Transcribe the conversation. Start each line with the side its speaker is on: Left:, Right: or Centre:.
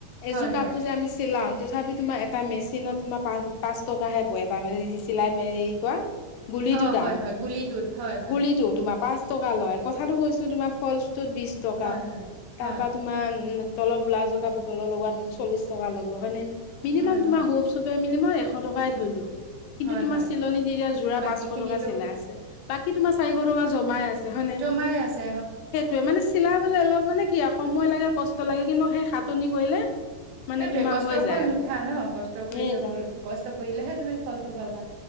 Left: এযোৰ
Right: হয়
Left: কাপোৰ
Right: হয়
Left: যে আমি চিলাও তথাপি তোমাৰ এটা মেচিনত তোমাৰ পা পাঁচ টকাহে পৰে এটা চিলাই হেৰি কৰা গুলিটো
Right: অ
Left: দাম
Right: হয় হয় গুলিটোত হয় হয়
Left: গুলিটো তোমাৰ পাঁচ টকা লয় কথাটো কৈছো তোমাৰ ফলচটোত বিশ টকা
Right: হয় হয়
Left: তা
Right: হয়
Left: পা তোমাৰ উ তলৰ ব্লাজৰ কাপোৰ তলৰ লগটো চল্লিশ টকা ল'ব হয়নে? মিনিমাম
Right: হয়
Left: তোমাৰ
Right: হয়
Left: হ চে মিলি মই এশ টকাই ধৰিলো। কিন্তু
Right: হয়
Left: তোমাৰ
Right: হয়
Left: চিলনী দিতিয়া যোৰা
Right: বাকী
Left: পাঁচশ
Right: খিনিতো
Left: টকা চিলাই আছে বাকী তোমাৰ চাৰিশ টকা জমাই আছে হয়নে?
Right: পাই আছে।
Left: সেইটোৱে মানে চিলাবলে অলপ মানে কি সময় লাগে কষ্ট লাগে কিন্তু সেই সাতনি কৰিলে মানে
Right: সেইটয়ে
Left: তোমাৰ
Right: কষ্টৰ
Left: হৈ
Right: ফল
Left: যায়।
Right: মিঠা ন কষ্ট কৰি
Left: সেইকাৰণে।
Right: যাব কষ্ট কৰিলেহে তুমি ফলটো পাবা।